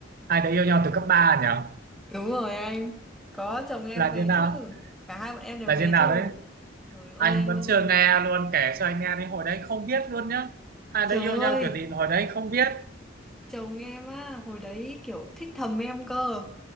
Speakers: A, on the right; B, in the centre.
A: Hai đứa yêu nhau từ cấp 3 nhỉ?
B: Đúng rồi anh Có chồng em
A: Là
B: về
A: như nào?
B: chứ Cả hai bọn em đều
A: Là
B: về
A: như nào
B: chứ
A: đấy?
B: Trời ơi
A: Anh
B: anh
A: vẫn
B: ơi
A: chưa nghe luôn kể cho anh nghe đi hồi đấy không biết luôn nhá. Hai
B: Trời
A: đứa yêu nhau
B: ơi
A: kiểu gì mà hồi đấy không biết.
B: Chồng em á Hồi đấy kiểu thích thầm em cơ